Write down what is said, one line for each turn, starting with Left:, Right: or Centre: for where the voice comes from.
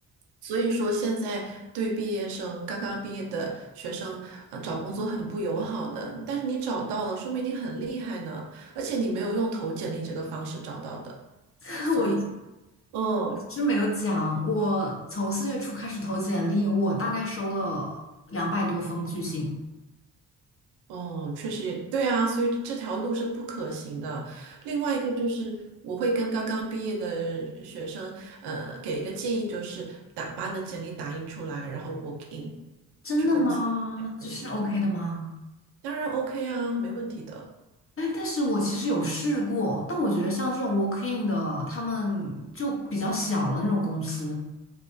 Right: 所以说，现在对毕业生、刚刚毕业的学生，呃，找工作很不友好的。但是你找到了，说明你很厉害呢，而且你没有用投简历这个方式找到的，
Left: <laughs>
Right: 所以，
Left: 我
Right: 嗯，
Left: 是没有讲，我从四月初开始投简历，我大概收了两百多封拒信。
Right: 哦，确实也对啊，所以这条路是不可行的。另外一个就是，我会跟刚刚毕业的学生，呃，给一个建议，就是打把你的简历打印出来，然后 walk in
Left: 真的吗？
Right: 去公司直接投递，
Left: 这是 OK 的吗？
Right: 当然 OK 啊，没问题的。
Left: 哎，但是我其实有试过，但我觉得像这种 working 的，他们就比较小了那种公司。